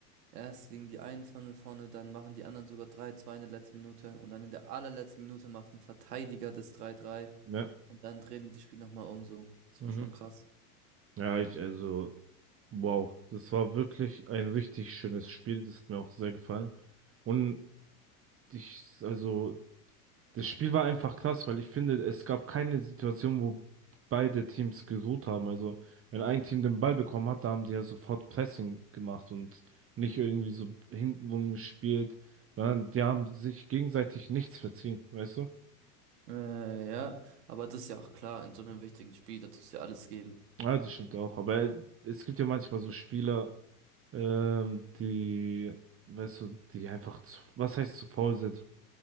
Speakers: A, on the right; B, on the right.
A: Erst liegen die einundzwanzig vorne, dann machen die anderen sogar drei, zwei in der letzten Minute und dann in der allerletzten Minute macht ein Verteidiger das drei drei
B: ja,
A: und dann drehen die das Spiel nochmal um so. Das
B: mhm.
A: war schon krass.
B: Ja, ich, also, wow, das war wirklich ein richtig schönes Spiel, das hat mir auch sehr gefallen. Und ich, also, Das Spiel war einfach krass, weil ich finde, es gab keine Situation, wo beide Teams geruht haben. Also, wenn ein Team den Ball bekommen hat, da haben die ja sofort Pressing gemacht und nicht irgendwie so hintenrum gespielt, sondern die haben sich gegenseitig nichts verziehen, weißt du?
A: Äh, ja, aber das ist ja auch klar, in so einem wichtigen Spiel, da tust du ja alles geben.
B: Ja, das stimmt auch. Aber es gibt ja manchmal so Spieler, ähm, die, weißt du, die einfach zu, was heißt zu faul sind?